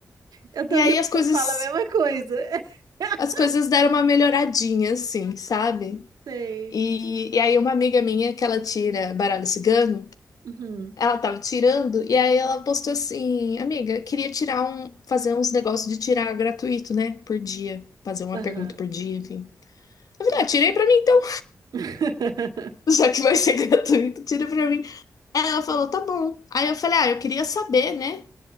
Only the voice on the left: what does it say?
e aí
as
coisas
as coisas deram uma melhoradinha assim, sabe?
E, e aí uma amiga minha que ela tira baralho cigano,
ela tava tirando e aí ela postou assim: "Amiga, queria tirar um fazer uns negócios de tirar gratuito, né, por dia, fazer uma
pergunta por dia, enfim". Eu falei: "Ah, tirei pra mim então,
<laughs> já que vai ser <laughs> gratuito, tira pra mim". Ela falou, tá bom. Aí eu falei, ah, eu queria saber, né?